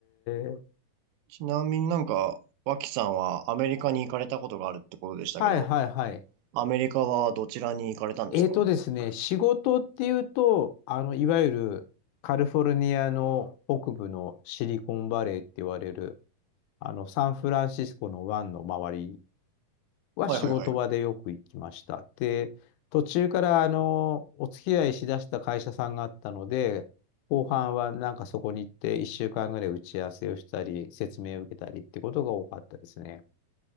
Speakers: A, on the left (about 80°); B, on the right (about 80°).
A: ー、
B: ちなみになんか、脇さんはアメリカに行かれたことがあるってことでしたけど、
A: はいはいはい。
B: アメリカはどちらに行かれたんですか
A: えーとですね、仕事っていうと、あの、いわゆるカリフォルニアの北部のシリコンバレーって言われる、あの、サンフランシスコの湾の周りは仕事場でよく行きました。
B: はいはいはい。い
A: で、途中からあの、お付き合いしだした会社さんがあったので、後半はなんかそこに行って1週間ぐらい打ち合わせをしたり、説明を受けたりってことが多かったですね。